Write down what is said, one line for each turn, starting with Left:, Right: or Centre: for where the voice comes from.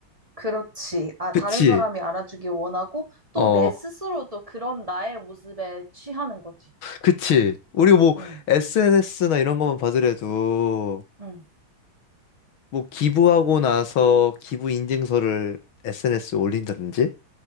Right: 그렇지. 아,
Left: 그치?
Right: 다른 사람이 알아주길 원하고 또
Left: 어,
Right: 내 스스로도 그런 나의 모습에 취하는 거지.
Left: 그치. 우리 뭐
Right: 응,
Left: SNS나 이런 것만 봐더라도
Right: 응.
Left: 뭐 기부하고 나서 기부 인증서를 SNS에 올린다든지